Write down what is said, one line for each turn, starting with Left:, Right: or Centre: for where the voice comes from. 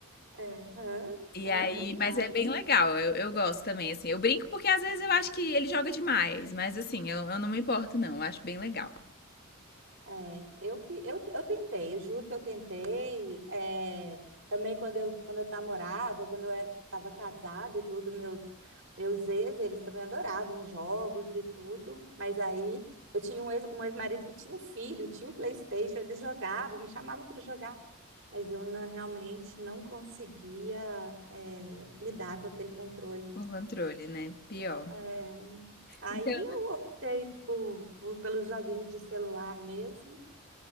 Right: é, aham,
Left: E
Right: é
Left: aí,
Right: verdade.
Left: mas é bem legal. Eu, eu gosto também, assim. Eu brinco porque às vezes eu acho que ele joga demais. Mas, assim, eu, eu não me importo, não. Eu acho bem legal.
Right: É, eu que eu, que- eu tentei, eu juro que eu tentei. é, também quando eu quando eu namorava, quando eu era estava casada e tudo, meus meus ex, eles também adoravam jogos e tudo. Mas aí eu tinha um ex, um ex-marido que tinha um filho, tinha um PlayStation, eles jogavam, me chamavam para jogar, mas eu não- realmente não conseguia é, me dar com aquele controle.
Left: O controle, né? Pior.
Right: É, aí
Left: Então,
Right: eu optei por- por- pelos joguinhos de celular mesmo